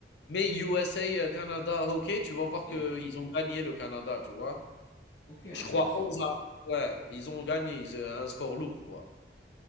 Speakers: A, on the left (about 75°); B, on the left (about 55°).
A: Mais USA, heu, Canada hockey, tu vas voir
B: Ok.
A: qu'ils ont gagné le Canada, tu vois?
B: Ok, intéressant.
A: Je crois 11 à ouais, ils ont gagné, ils, heu, un score lourd, quoi.